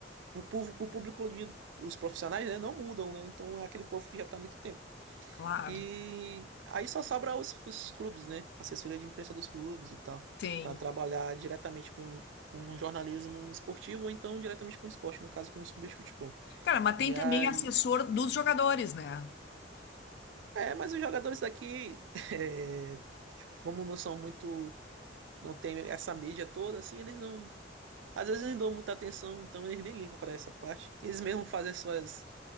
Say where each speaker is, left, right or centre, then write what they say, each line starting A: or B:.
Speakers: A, on the right (about 75°); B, on the left (about 65°).
A: o, povo- o público, de- os profissionais, né, não mudam, né? Então é aquele povo que já está há muito tempo.
B: Claro,
A: E aí só sobra os, os clubes, né? Assessoria de imprensa dos clubes e tal,
B: tem.
A: para trabalhar diretamente com, com jornalismo esportivo ou então diretamente com esporte, no caso com os clubes de futebol.
B: Cara, mas tem
A: E
B: também
A: aí.
B: assessor dos jogadores, né?
A: É, mas os jogadores daqui, <laughs> é, tipo, como não são muito. Não tem essa mídia toda, assim, eles não. Às vezes não dão muita atenção, então eles nem ligam para essa parte. Eles mesmo fazem suas